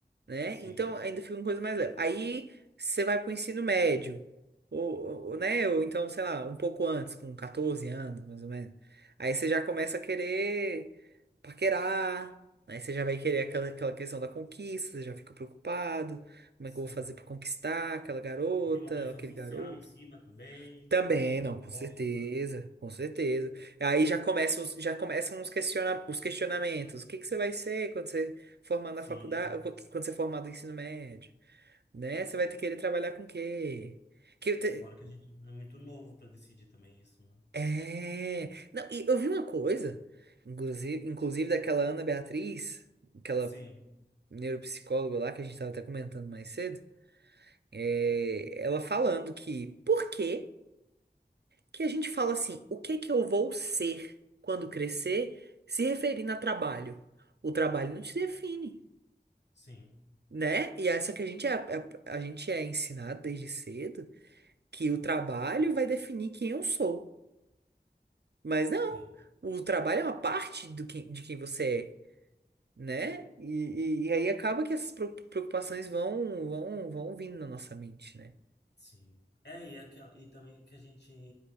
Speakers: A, on the right (about 75°); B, on the left (about 80°).
A: né?
B: sim,
A: Então ainda fica uma coisa mais leve. Aí você vai para o ensino médio, ou, ou, né? Ou então, sei lá, um pouco antes, com 14 anos, mais ou menos. Aí você já começa a querer paquerar, aí você já vai querer aquela, aquela questão da conquista, você já fica preocupado, como
B: sim.
A: é que eu vou fazer para conquistar aquela garota,
B: E tem uma pressão
A: aquele
B: social
A: garoto?
B: em cima também,
A: Também,
B: imposta.
A: não, com certeza, com certeza. Aí já começam os, já começam os, questiona, os questionamentos. O que que você vai ser quando você formar
B: Sim.
A: na faculdade, quando quando você formar do ensino médio, né? Você vai ter que querer trabalhar com o quê? Que eu te-
B: Fora que a gente é muito novo para decidir também isso, né?
A: É. Não, e eu vi uma coisa, inclusive, inclusive daquela Ana Beatriz, aquela
B: Sim,
A: neuropsicóloga lá que a gente tava até comentando mais cedo, é, ela falando que por quê? que a gente fala assim, o que que eu vou ser quando crescer, se referindo a trabalho? O trabalho não te define,
B: sim,
A: né? E essa que a gente é, a, a gente é ensinado desde cedo que o trabalho vai definir quem eu sou. Mas não,
B: sim,
A: o trabalho é uma parte do que, de quem você é. Né? E, e- e aí acaba que essas preo- preocupações vão, vão, vão vindo na nossa mente, né?
B: sim. É, e, é aquela, e também que a gente